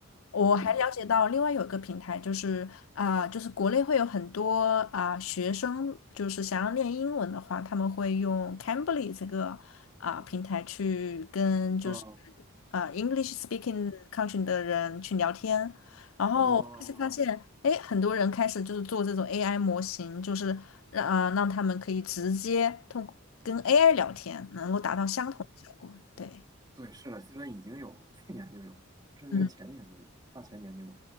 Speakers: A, on the left (about 75°); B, on the right (about 20°).
A: 我还了解到另外有一个平台，
B: 嗯
A: 就是啊、就是国内会有很多啊、学生，就是想要练英文的话，他们会用 Cambly 这个啊、平台去跟就是
B: 啊
A: 啊 English speaking country 的人去聊天，然后就是发现，
B: 啊。
A: 哎，很多人开始就是做这种 AI 模型，就是让呃让他们可以直接通过跟 AI 聊天，能够达到相同的效果。对，
B: 对，是的，现在已经有，去年就有了，甚至前年就有了，
A: 嗯，
B: 大前年就有了，